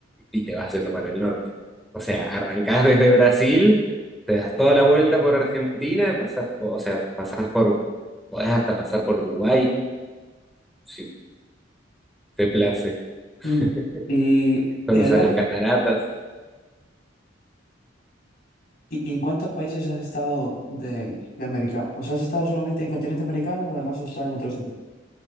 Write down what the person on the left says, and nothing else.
Ujú. Y,
y Adrián,
¿y, y en cuántos países has estado de, de América? ¿O sea, has estado solamente en el continente americano o además has estado en otros sitios?